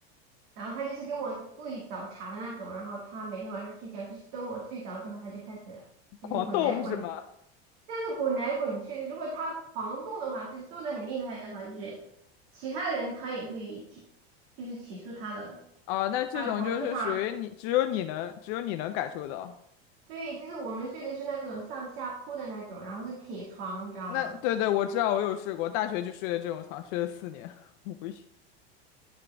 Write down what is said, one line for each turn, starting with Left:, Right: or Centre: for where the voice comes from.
Right: 然后她就是跟我故意找茬的那种，然后她每天晚上睡觉就是等我睡着之后，她就开始就是滚来滚，
Left: 狂动是吗？
Right: 但是滚来滚去。如果她狂动的话，就是动的很厉害的话，就是其他人她也会提，就是起诉她的，
Left: 啊，那这种就是属于你，
Right: 呃，投诉她。
Left: 只有你能，只有你能感受到。
Right: 对，就是我们睡的是那种上下铺的那种，然后是铁床，你知道吗？
Left: 那对对，我知道，我有睡过，大学就睡的这种床，睡了四年，<laughs> 无语。